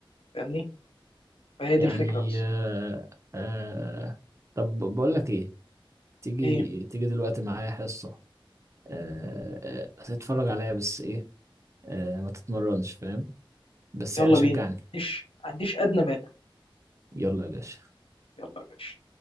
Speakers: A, on the left; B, on the right.
A: فاهمني فهي
B: يعني
A: دي الفكره بس
B: آه... آه... طب بقول لك ايه تيجي
A: ايه
B: تيجي دلوقتي معايا حصه آه... آه... تتفرج عليا بس ايه آه... ما تتمرنش فاهم بس
A: يلا
B: يعني شجعني
A: بينا مش عنديش ادنى مانع
B: يلا يا باشا
A: يلا يا باشا